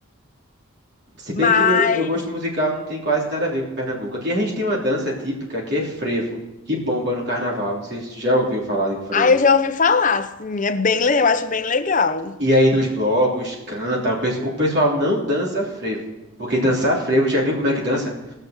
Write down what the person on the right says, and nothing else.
Se bem
que meu, meu gosto musical não tem quase nada a ver com Pernambuco. Aqui a gente tem uma dança típica que é frevo, que bomba no carnaval. Não sei se tu já ouviu falar de frevo.
E aí nos blocos, canta, o, pes- o pessoal não dança frevo, porque dançar frevo, já viu como é que dança?